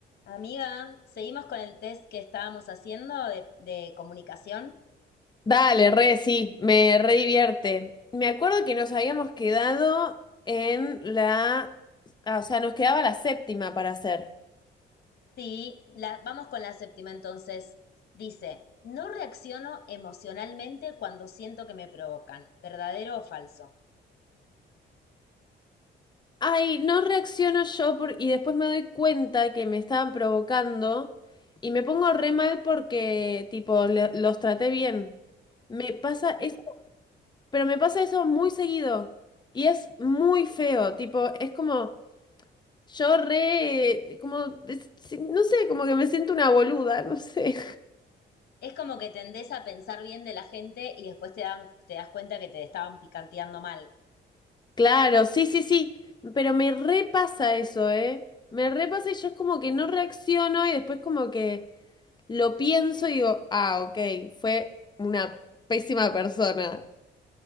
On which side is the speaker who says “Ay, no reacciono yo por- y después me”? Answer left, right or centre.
Left